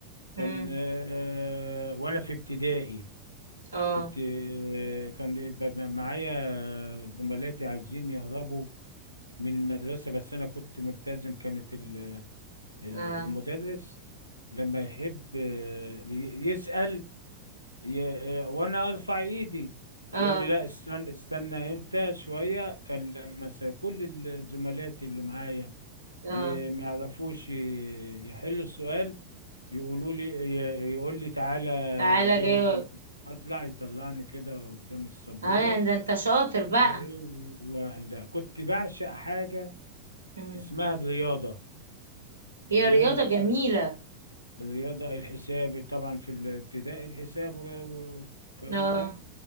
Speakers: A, on the left; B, on the right.
A: كان
B: امم
A: آه، وأنا في ابتدائي
B: اه
A: كنت آه، كان يبقى معايا زملاتي عايزين يهربوا من المدرسة بس أنا كنت ملتزم كانت ال- ال-
B: اه
A: المدرس لما يحب آه، ي- يسأل ي- آه، وأنا أرفع إيدي
B: اه
A: يقول لي لا استنى استنى أنت شوية كان لما س- كل الزملات اللي معايا
B: اه
A: ي- ما يعرفوش ي- يحلوا السؤال يقولوا لي ي- يقول لي تعالى
B: تعالى
A: جاوب
B: جاي
A: انت اطلع يطلعني كده قدام السبوره
B: اه ده انت شاطر بقى
A: وايه و- وهلا كنت بعشق حاجه
B: مم.
A: اسمها الرياضه
B: هي
A: الرياضه
B: رياضة
A: ك-
B: جميلة
A: الرياضه الحساب طبعا في الابتدائي الحساب و- والكلام
B: اه
A: ده